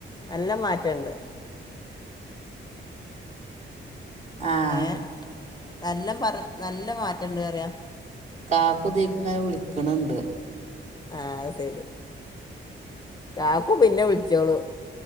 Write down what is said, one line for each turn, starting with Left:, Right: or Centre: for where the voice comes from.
Left: നല്ല മാറ്റണ്ട്.
Right: ആഹ്
Left: ഏഹ് നല്ല പറ നല്ല മാറ്റണ്ട്റയാ.
Right: കാക്കുദിക്ക്ന്ന് വിളിക്ക്ണണ്ട്.
Left: ആഹ് സെരി കാക്കൂ പിന്നെ വിളിച്ചോളൂ.